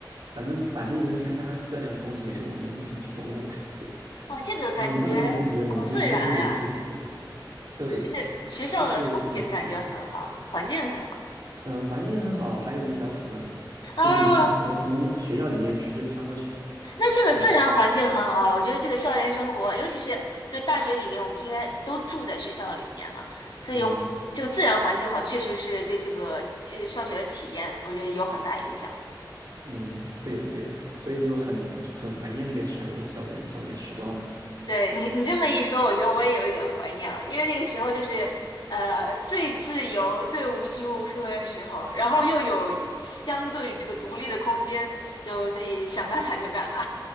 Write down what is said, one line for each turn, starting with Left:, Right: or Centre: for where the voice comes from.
Right: 反正板栗跟山楂这两个东西也是我们经常去光顾的。<laughs>
Left: 啊，这个感觉好自然呀，
Right: 然后一到那个季节，我们就偷偷的去 <laughs>。对，
Left: 就是学校的风景感觉很好，
Right: 就是挺自然的。
Left: 环境很好
Right: 嗯、呃环境很好，还有一条河，
Left: 啊。
Right: 就是有一条河从学校里面直接穿过去的，
Left: 那这个自然环境很好，
Right: 特别长。
Left: 我觉得这个校园生活，尤其是对大学里面，我们应该都住在学校里面嘛，所以
Right: 嗯
Left: 这个自然环境好，确实是对这个呃上学的体验，我觉得有很大影响。
Right: 嗯，对的对的，所以就很很怀念那个时候的校园校园时光吧。
Left: 对你，你这么一说，我觉得我也有一点怀念了，因为那个时候就是呃最自由、最无拘无束的时候，然后又有相对这个独立的空间，就自己想干嘛就干嘛。